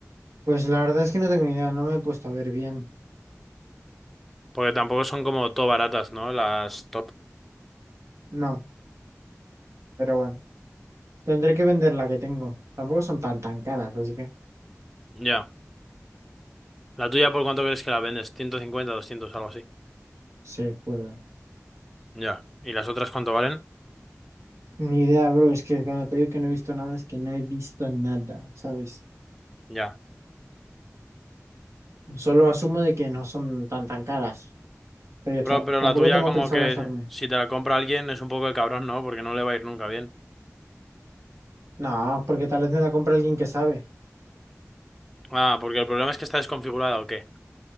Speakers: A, on the right; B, in the centre.
A: Pues la verdad es que no tengo ni idea, no me he puesto a ver bien.
B: Porque tampoco son como todo baratas, ¿no? Las top.
A: No, pero bueno. Tendré que vender la que tengo. Tampoco son tan tan caras, así que
B: Ya. ¿La tuya por cuánto crees que la vendes? ciento cincuenta doscientos algo así?
A: se puede.
B: Ya. ¿Y las otras cuánto valen?
A: Ni idea, bro. Es que cuando te digo que no he visto nada, es que no he visto nada, ¿sabes?
B: Ya.
A: Solo asumo de que no son tan tan caras. Pero yo
B: Pero,
A: ta-
B: pero
A: tampoco
B: la tuya
A: tengo
B: como
A: pensado
B: que
A: gastarme.
B: si te la compra alguien es un poco de cabrón, ¿no? Porque no le va a ir nunca bien.
A: No, porque tal vez me la compra alguien que sabe.
B: Ah, porque el problema es que está desconfigurada o qué.